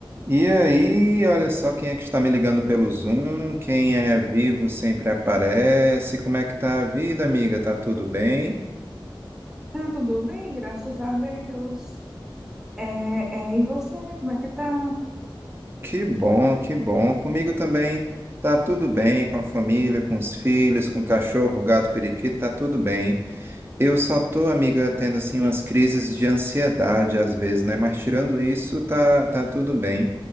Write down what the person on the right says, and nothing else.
E aí, olha só quem é que está me ligando pelo Zoom. Quem é vivo sempre aparece. Como é que tá a vida, amiga? Tá tudo bem?
Que bom, que bom. Comigo também tá tudo bem, com a família, com os filhos, com o cachorro, o gato, o periquito, tá tudo bem. Eu só tô, amiga, tendo assim umas crises de ansiedade às vezes, né? Mas tirando isso, tá tá tudo bem.